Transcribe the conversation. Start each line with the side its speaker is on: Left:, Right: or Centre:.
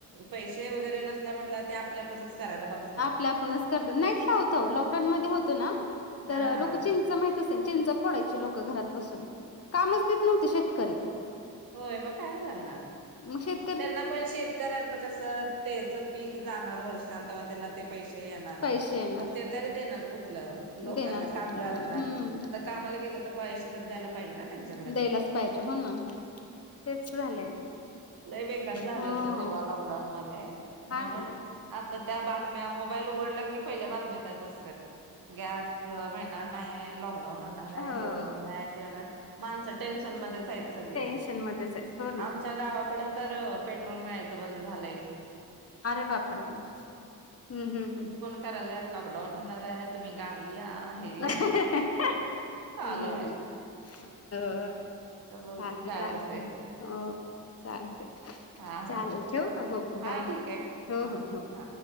Right: पैसे वगैरे नसल्या म्हंटल्यावर ते आप पल्या आपणच करायला बघतात.
Left: आपला आपणच करतात नाईट ला होतो लॉकडाऊन मध्ये होत ना
Right: हा
Left: लोकं चिं चा माहित असेल चिंचा फोडायची लोकं घरात बसून कामच देत नव्हते शेतकरी.
Right: होय मग काय करणार.
Left: मग शेत
Right: त्यांना पण शेतकऱ्यांचं कसं तेच पीक जाणार वर्षांन तेंव्हा त्याला ते पैसे येणार
Left: पैसे येणार
Right: मग ते तरी देणार कुठलं? ते लोकांना
Left: देणार कुठला
Right: कामगारांना
Left: हम्म
Right: आता कामाला गेलं तर पैसे तर द्यायला पाहिजे ना. त्यांच्याकड
Left: द्यायलाच पाहिजे हो ना तेच झालंय.
Right: लई बेकार झालं
Left: हो
Right: होत तेव्हा लॉकडाऊन मध्ये
Left: हा
Right: म्हणून
Left: ना
Right: आता त्या बात म्या मोबाईल उघडला की पहिल्या बातम्या त्याच असतात गॅसच मिळणार नाही लॉकडऊन होणार
Left: हो
Right: आहे हे होणार आहे ते होणार आहे माणसं टेन्शन मध्येच आहेत सगळे
Left: टेन्शन मध्येच आहेत हो ना
Right: आमच्या गावाकड तर पेट्रोल मिळायचं बंद झालंय.
Left: अरे बापरे! हम्म हम्म हम्म.
Right: कराल्यात लॉकडाऊन होणार आहे तुम्ही गावी या. हे
Left: होय.
Right: या चालू आहे. तर बघू
Left: चालतंय
Right: काय
Left: चालतंय
Right: होतय
Left: हो चालतंय.
Right: हा हा
Left: चालेल ठेऊ का हो बाय
Right: हा
Left: बाय
Right: ठीक आहे
Left: हो
Right: हा
Left: हो हो.
Right: हा